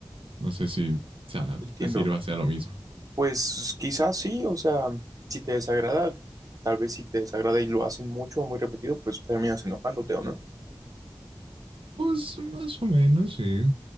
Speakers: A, on the right (about 80°); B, on the right (about 40°).
A: No sé si, o sea,
B: Entiendo.
A: te sirva sea lo mismo.
B: Pues quizás sí, o sea, si te desagrada, tal vez si te desagrada y lo hacen mucho o muy repetido, pues terminas enojándote, ¿o no?
A: Pues más o menos, sí.